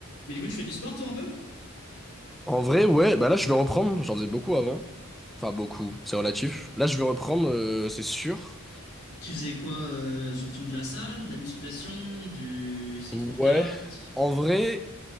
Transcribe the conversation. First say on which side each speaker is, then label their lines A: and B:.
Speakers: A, on the left; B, in the centre.
A: Mais du coup, tu fais du sport, toi, un peu?
B: En vrai, ouais, bah là je vais reprendre, j'en faisais beaucoup avant. Enfin beaucoup, c'est relatif. Là je vais reprendre, euh, c'est sûr.
A: Tu faisais quoi, euh, surtout de la salle, de la musculation, du street
B: Ouais.
A: workout?
B: En vrai,